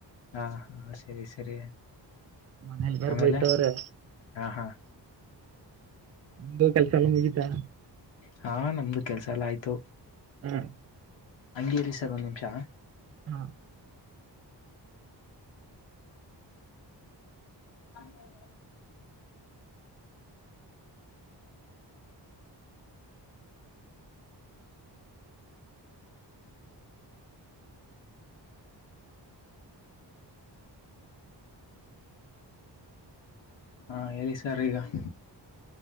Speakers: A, on the left; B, on the right.
A: ಹಾ ಹಾ ಸರಿ ಸರಿ
B: ಮನೇಲಿ ಬೇರೆ
A: ಆಮೇಲೆ
B: ಬೈತವ್ರೆ
A: ಹಾ ಹಾ
B: ನಿಮ್ದು ಕೆಲಸ ಎಲ್ಲ ಮುಗಿತಾ
A: ಹಾ ನಮ್ದು ಕೆಲ್ಸ ಎಲ್ಲ ಆಯ್ತು
B: ಹಾ
A: ಹಂಗೀ ಸರ್ ಒಂದು ನಿಮಿಷ
B: ಹಾ
A: ನನ್ ಸರಿ <inaudible> ಹಾ ಹೇಳಲ್ಲಿ ಸರ್ ಈಗ <inaudible>